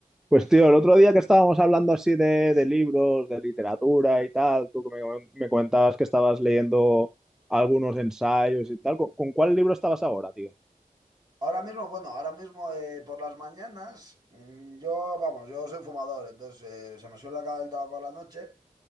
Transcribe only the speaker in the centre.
Pues, tío, el otro día que estábamos hablando así de, de libros, de literatura y tal, tú que me, me comentabas que estabas leyendo algunos ensayos y tal, ¿con, con cuál libro estabas ahora, tío?